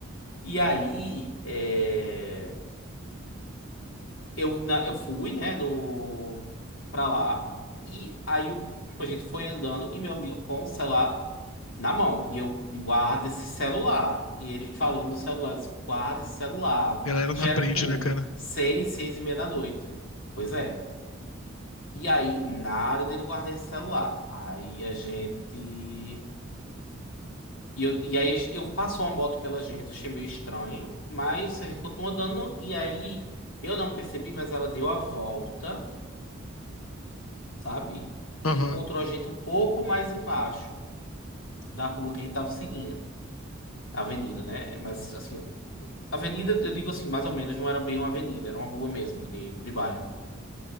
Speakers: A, on the left; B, on the left.
A: E aí, é, eu, na- eu fui, né, no, pra lá, e aí o- tipo, a gente foi andando, e meu amigo com o celular na mão. E eu guardo esse celular. E ele falando no celular, eu disse, guarda esse celular.
B: Galera
A: Já
B: não aprende,
A: era tipo
B: né, cara?
A: seis, seis e meia da noite. Pois é. E aí, nada dele guardar esse celular. Aí a gente. E, eu, e aí eu passou uma moto pela gente, achei meio estranho, mas a gente continuou andando. E aí eu não percebi, mas ela deu a volta, sabe?
B: Aham,
A: E encontrou a gente um pouco mais embaixo da rua que a gente tava seguindo. A Avenida, né? Mas assim, Avenida, eu digo assim, mais ou menos, não era bem uma avenida, era uma rua mesmo, de, de bairro.